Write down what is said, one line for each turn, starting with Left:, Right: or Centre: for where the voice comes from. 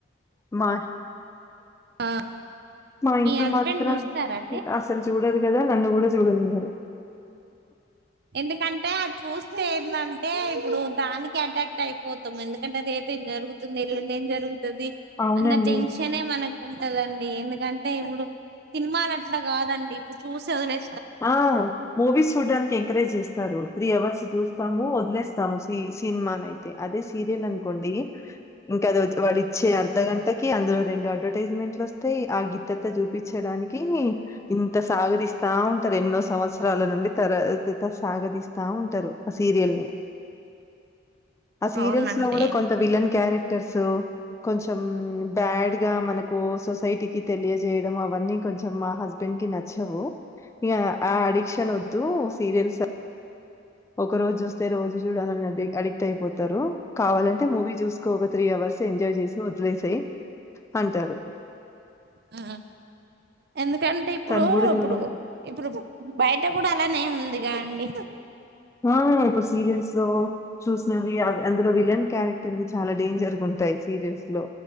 Left: మా
Right: ఆ
Left: మా ఇంట్లో
Right: మీ హస్బెండ్
Left: మాత్రం
Right: చూస్తారండి
Left: అసలు చూడరు కదా నన్ను కూడా చూడనివ్వరు
Right: ఎందుకంటే చూస్ ఏందంటే ఇప్పుడు దానికి అటాక్ట్ అయిపోతాము. ఎందుకంటే రేపు ఏం జరుగుతుంది. ఎల్లుండి ఏం జరుగుతు ది
Left: అవునండి.
Right: అన్న టెన్షన్ మనకు ఉంటదండి ఎందుకంటే ఇప్పుడు సినిమాలు అట్లా కాదండి ఇప్పుడు చూసి వదిలే
Left: ఆ మూవీస్ చూడ్డనికి ఎంకరేజ్ చేస్తారు త్రీ అవర్స్ చూ స్తాము వదిలేస్తాము సి సినిమా ఆయితే అదే సీరియల్ అనుకోండి ఇంకది వాడు ఇచ్చే అర్ధగంటకి అందులో రెండు అడ్వర్టైజ్మెంట్లు వస్తాయి ఆ గిత్తత్త చూపించడానికి ఇంత సాగదీస్తా ఉ తా ఎన్నో సంవత్సరాల నుండి తర త సాగదిస్తా ఉంటారు ఆ సీరియల్ ని ఆ సీరియల్స్
Right: అవునండి
Left: లో కూడా కొంత విలన్ క్యారెక్ క్టర్స్ కొంచం బ్యాడ్ గా మనకు సొసైటీకి తెలియజెయాడ్మ్ వన్నీ కొంచెమ హస్బె హస్బెండ్ కీ నచ్చవు ఆ అడిక్షన్ వద్దు సీరియల్స్ ఒక రోజు చూస్తే రోజు చూడాలని అ అడిక్ట్ అయిపోతారు కావాలంటే మూవీ చూసుకో ఒక త్రీ అవర్స్ ఎంజాయ్ చేసి వదిలే సెయి అంటారు
Right: ఆ ఎందుక టే ఇప్పుడు
Left: తను గూడా జూడదు.
Right: ఇప్పుడు ఇప్పుడు బయట కూడా అలానే ఉందిగా అండి
Left: ఆ ఇప్పుడు సీరియల్స్ లో చూసివి ఏవ్ అందులో విలన్ క్యారెక్టర్వి చాలా డేంజర్గుం టాయి సీరియల్స్ లో